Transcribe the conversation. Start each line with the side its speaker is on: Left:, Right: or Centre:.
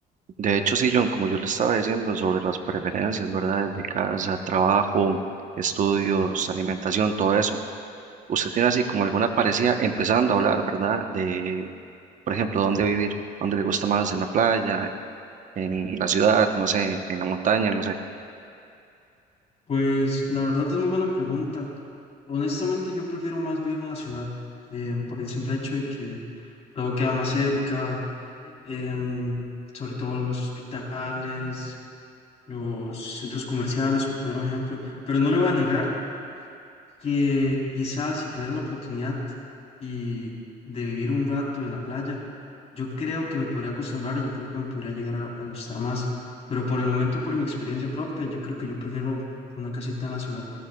Right: De hecho, sí, John, como yo le estaba diciendo sobre las preferencias, ¿verdad? De casa, trabajo, estudios, alimentación, todo eso. ¿Usted tiene así como alguna parecida empezando a hablar, ¿verdad? De, por ejemplo, dónde vivir, dónde le gusta más, en la playa, en la ciudad, no sé, en la montaña, no sé.
Left: Pues la verdad es muy buena pregunta. Honestamente yo prefiero más vivir en la ciudad em, por el simple hecho de que todo queda más cerca, em, sobre todo los hospitales, los centros comerciales, por poner un ejemplo. Pero no le voy a negar que quizás si tuviera la oportunidad y de vivir un rato en la playa, yo creo que me podría acostumbrar y yo creo que me podría llegar a, a gustar más. Pero por el momento, por mi experiencia propia, yo creo que yo prefiero una casita en la ciudad.